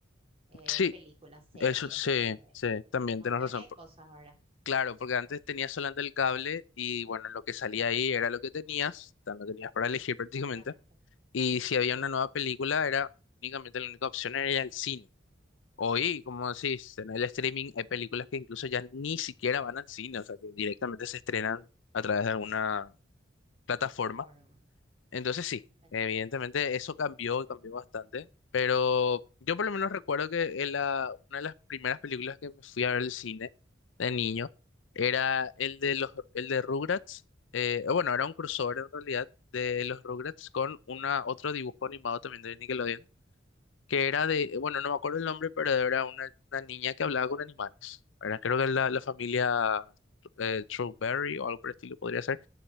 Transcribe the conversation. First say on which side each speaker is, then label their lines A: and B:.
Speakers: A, on the right; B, on the left.
A: eh,
B: Sí,
A: películas, series,
B: eso sí,
A: eh,
B: sí, también
A: montones
B: tienes razón.
A: de cosas ahora.
B: Claro, porque antes tenías solamente el cable y bueno, lo que salía ahí era lo que tenías, o sea, no tenías para elegir
A: Eh,
B: <laughs> prácticamente.
A: Exactamente.
B: Y si había
A: Sí,
B: una nueva película, era únicamente la única opción era ir al cine. Hoy, como decís, en el streaming hay películas que incluso ya ni siquiera van al cine, o sea, que directamente se estrenan a través de alguna plataforma.
A: plataforma.
B: Entonces
A: Sí.
B: sí,
A: Eh,
B: evidentemente eso cambió y cambió bastante, pero yo por lo menos recuerdo que en la, una de las primeras películas que me fui a ver al cine de niño era
A: mm,
B: el de los el de Rugrats, eh, bueno, era un crossover en realidad de los Rugrats con una otro dibujo animado también de Nickelodeon, que era de, bueno, no me acuerdo el nombre, pero era una, una niña que hablaba con animales. Era, creo que la,
A: Ah,
B: la familia eh, Strawberry o algo por el estilo podría ser.